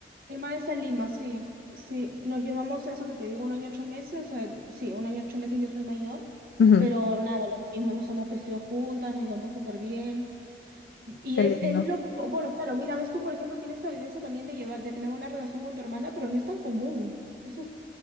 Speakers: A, on the right; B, on the left.
A: Mi hermana está en Lima, sí. Sí, nos llevamos eso que te digo, un año ocho meses. O sea, sí, un año ocho meses yo soy mayor.
B: Ujú.
A: Pero nada, lo mismo, nos hemos crecido juntas, nos llevamos súper bien. Y
B: Qué
A: es,
B: lindo.
A: es loco, bueno, claro, mira, ves tú, por ejemplo, tienes esta vivencia también de llevar, de tener una relación con tu hermana, pero no es tan común. Eso es